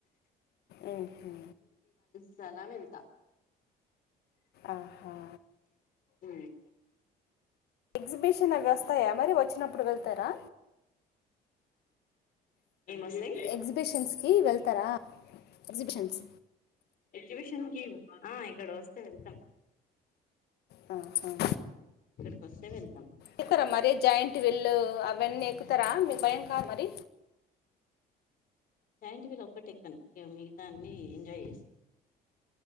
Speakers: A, on the left (about 70°); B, on the left (about 55°).
A: ఉహు
B: సలా వెళ్తా
A: ఆహా
B: ఉ
A: ఎగ్జిబిషన్ అగ వస్తాయా మరి వచ్చినప్పుడు వెళ్తారా.
B: ఏమోస్తాయ్
A: ఎగ్జిబిషన్స్కి వెళ్తారా ఎగ్జిబిషన్స్
B: ఎగ్జిబిషన్ కి ఆ ఇక్కడ వస్తే వెళ్తాం
A: ఆ హ
B: ఇక్కడికి వస్తే వెళ్తాం
A: ఎక్తారా మరి జాయింట్ విల్లు అవన్నీ ఎక్కుతారా మీకు భయం కాద్ మరి.
B: జాయింట్ వీల్ ఒక్కటే ఎక్కాను ఇగ మిగతా అన్ని ఎంజాయ్ చేస్